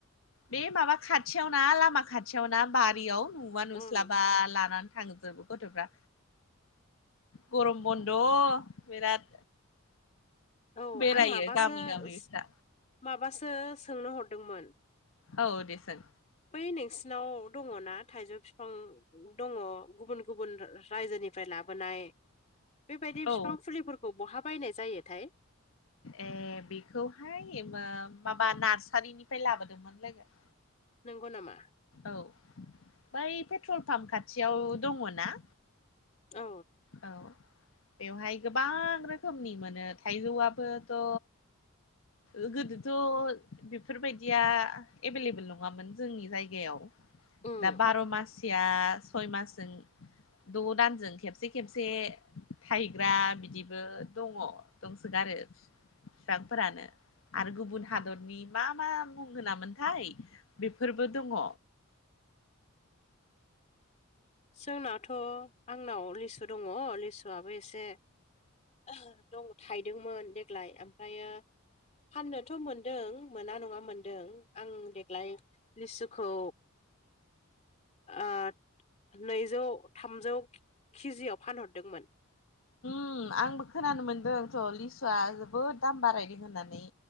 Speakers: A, on the left; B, on the left.
A: बे माबा खाथियाव ना लामा खाथियाव ना बारियाव नुुवा नुस्लाबा
B: उम
A: लानानै थांजोबो। गथ'फ्रा गरम बन्द' बिराद
B: औ
A: बेरायो
B: आं माबासो
A: गामि गामि
B: सों
A: बिस्रा
B: माबासो सोंनो हरदोंमोन
A: औ दे सों।
B: बै नोंसिनाव दङ'ना थाइजौ बिफां दङ' गुबुन गुबुन रायजोनिफ्राय लाबोनाय। बेबायदि बिफां
A: औ
B: फुलिफोरखौ बहा बायनाय जायोथाय?
A: ए बेखौहाय मा-माबा नार्सारिनिफ्राय लाबोदोंमोन लोगो।
B: नंगौ नामा?
A: औ बै पेट्रल पाम्प खाथियाव दङ'ना।
B: औ।
A: औ। बेवहाय गोबां रोखोमनि मोनो थाइजौआबोथ' ओ गोदोथ' बेफोरबायदिया एभेलेबेल नङामोन जोंनि जायगायाव
B: उम
A: दा बार' मास सिया सयमासजों द' दानजों खेबसे खेबसे खेबसे थाइग्रा बिदिबो दङ दंसोगारो। फिफांफोरानो। आरो गुबुन हादरनि मा मा मुं होनामोनथाय बेफोरबो दङ।
B: जोंनाथ' आंनाव लिसु दङ लिसुआबो एसे <unintelligible> दं थायदोंमोन देग्लाय आमफ्रायो फाननोथ' मोनदों मोना नङा मोनदों आं देग्लाय लिसुखौ ओ नैजौ थामजौ किजिआव फानहरदोंमोन
A: उम आंबो खोनानो मोन्दोंथ' लिसुआ जोबोद दाम बारायदों होननानै